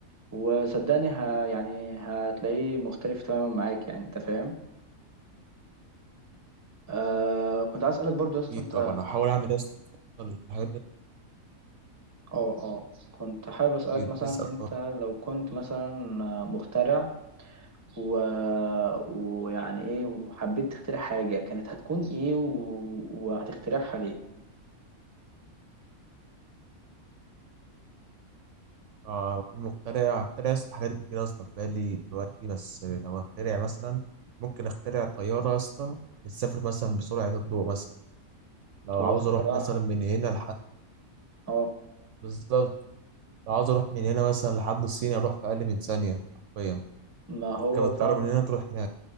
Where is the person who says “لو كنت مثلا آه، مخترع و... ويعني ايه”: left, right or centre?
Right